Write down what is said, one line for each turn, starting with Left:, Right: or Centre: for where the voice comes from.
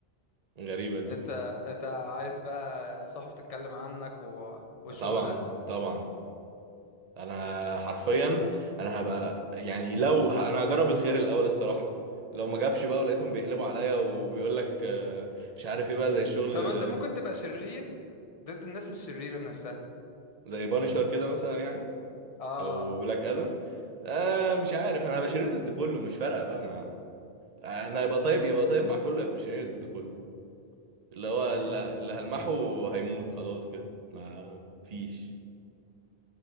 Right: غريبة دي
Left: انت انت عايز بقى الصحف تتكلم عنك و... والشغل
Right: آه، طبعا
Left: ده
Right: طبعا انا حرفيا انا هبقى يعني لو ه- انا هجرب الخير الاول الصراحة لو ما جابش بقى ولقيتهم بيقلبوا عليا وبيقول لك آه، مش عارف ايه بقى زي الشغل
Left: طب
Right: آه،
Left: ما انت ممكن تبقى شرير ضد الناس الشريرة نفسها
Right: زي بانشر كده مثلا يعني
Left: اه
Right: او بلاك ادم آه مش عارف انا هبقى شرير ضد كله مش فارقة بقى ما انا يبقى طيب يبقى طيب مع كله يبقى شرير ضد كله اللي هو اللي
Left: امم
Right: اللي هلمحه هيموت خلاص كده ما فيش